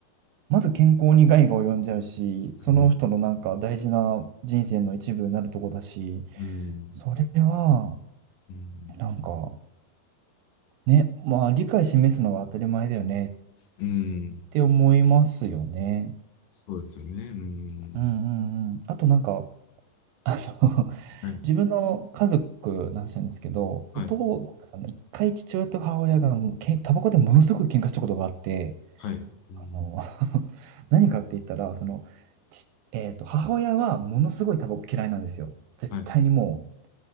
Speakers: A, on the right (about 80°); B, on the left (about 70°).
A: まず健康に害が及んじゃうし、その人のなんか大事な人生の一部になるとこだし、
B: うん。うん。
A: それは、
B: うん。
A: なんか、ね、まあ理解示すのが当たり前だよね
B: うん。
A: て思いますよね。
B: そうですよね。うん。
A: うんうんうん。あとなんか、あの <laughs>
B: はい。
A: 自分の家族の話なんですけど、お父、
B: はい。
A: なんかその一回父親と母親がもうけん、タバコでものすごく喧嘩したことがあって、
B: はい。うん。
A: あの <laughs> 何かって言ったら、その、ち、えーと、母親はものすごいタバコ嫌いなんですよ。絶対にもう、
B: はい。